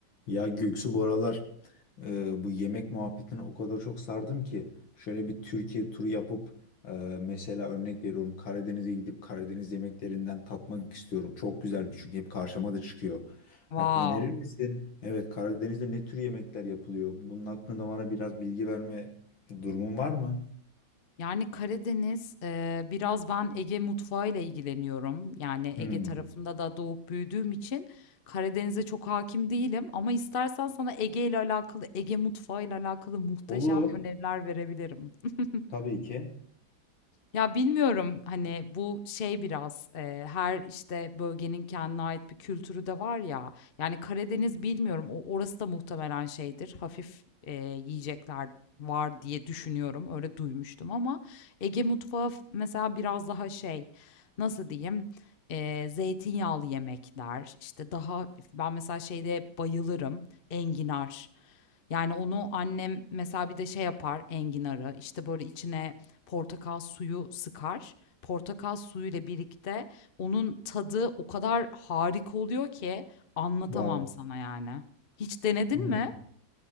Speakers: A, on the left (about 85°); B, on the left (about 50°).
A: Ya Göksu bu aralar e, bu yemek muhabbetine o kadar çok sardım ki şöyle bir Türkiye turu yapıp e, mesela örnek veriyorum Karadeniz'e gidip Karadeniz yemeklerinden tatmak istiyorum. Çok güzelmiş çünkü hep karşıma da çıkıyor.
B: Wow.
A: Ha, önerir misin? Evet Karadeniz'de ne tür yemekler yapılıyor? Bunun hakkında bana biraz bilgi verme durumun var mı?
B: Yani Karadeniz, eee, biraz ben Ege mutfağıyla ilgileniyorum. Yani
A: Hmm.
B: Ege tarafında da doğup büyüdüğüm için Karadeniz'e çok hakim değilim. Ama istersen sana Ege ile alakalı, Ege mutfağı ile alakalı muhteşem
A: Olur.
B: öneriler verebilirim. <laughs>
A: Tabii ki.
B: Ya bilmiyorum hani bu şey biraz e, her işte bölgenin kendine ait bir kültürü de var ya. Yani Karadeniz bilmiyorum o orası da muhtemelen şeydir. Hafif e, yiyecekler var diye düşünüyorum. Öyle duymuştum ama Ege mutfağı f- mesela biraz daha şey nasıl diyeyim? E, zeytinyağlı yemekler işte daha hafif. Ben mesela şeyde bayılırım enginar. Yani onu annem mesela bir de şey yapar enginarı işte böyle içine portakal suyu sıkar. Portakal suyuyla birlikte onun tadı o kadar harika oluyor ki anlatamam
A: Wow.
B: sana yani. Hiç denedin
A: Hmm.
B: mi?